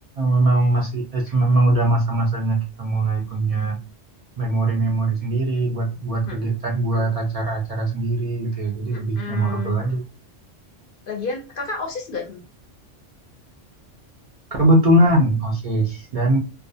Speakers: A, on the right (about 55°); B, on the left (about 55°).
A: memang masih eh, memang udah masa-masanya kita mulai punya memori-memori sendiri buat buat
B: Mm-mm.
A: kegiatan buat acara-acara sendiri gitu ya. Jadi
B: Mm-mm.
A: lebih memorable lagi
B: Lagian kakak OSIS nggak tuh?
A: Kebetulan OSIS dan